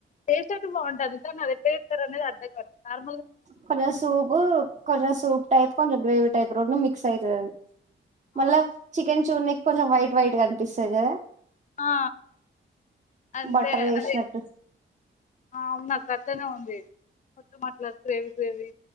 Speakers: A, on the left (about 35°); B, on the right (about 35°).
A: టేస్ట్ అయితే బాగుంటాది కాని అదెట్టా జేస్తారనేది అర్థంగావట్లే నార్మ్
B: కొంచెం సూపు కొంచం సూప్ టైప్ కొంచెం గ్రేవి టైప్ రోడ్ మిక్స్ అయితదది
A: ఆ
B: మళ్ళా చికెన్ చూర్నీకి కొంచెం వైట్ వైట్ గనిపిస్తది గదా
A: ఆ అంతే
B: బట్టర్ యేసినట్టు
A: అదే ఆ అవునా అక్క అట్లనే ఉంది మొత్తం అట్లా గ్రేవీ గ్రేవీ